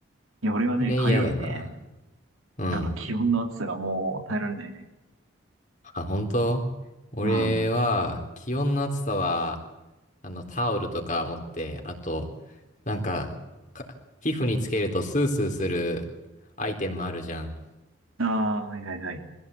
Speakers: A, on the right (about 75°); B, on the left (about 35°).
A: いや、俺はね、
B: あれ嫌だな。
A: 蚊よりね、
B: うん。
A: あの、気温の暑さがもう耐えられないね。
B: あ、本当俺は、
A: うん。あ
B: 気温の暑さは、あの、タオルとか持って、あと、なんか、か皮膚につけるとスースーするアイテムあるじゃん。
A: あ、はいはいはい。